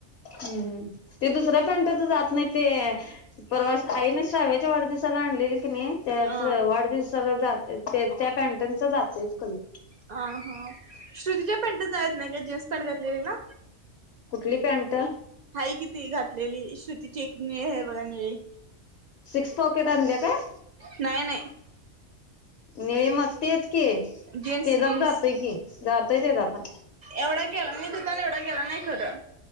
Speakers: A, on the left (about 65°); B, on the right (about 70°).
A: हम्म ते दुसऱ्या पॅन्टच जात नाहीत ते परवास आहे ना शाळेत च्या वाढदिवसाला आणलेलित किणी त्याचं
B: अ
A: वाढदिवसाला जा ते त्या पॅन्टनच जातयच कलर
B: ह हा श्रुतीच्या पॅन्टत जायाला येत नाही का जेस कण घातलेलेला
A: कुठली पॅन्ट
B: हाय कि ती घातलेली श्रुतीची एक निळी आहे बघा निळी
A: सिक्स पॉकेट आणल्या काय
B: नाही नाही
A: निळे मग तेच की
B: जीन्स
A: तेचाच
B: जीन्स
A: जातोय की जातोय तेचा पण
B: एवढा गेला मी दुकान एवढा गेला नाही खरं